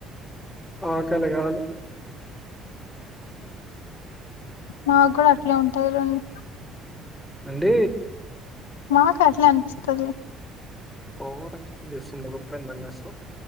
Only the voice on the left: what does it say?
నాకు కూడా అట్లే ఉంటది రెండు
మాక్ అట్లే అనిపిస్తాదిలే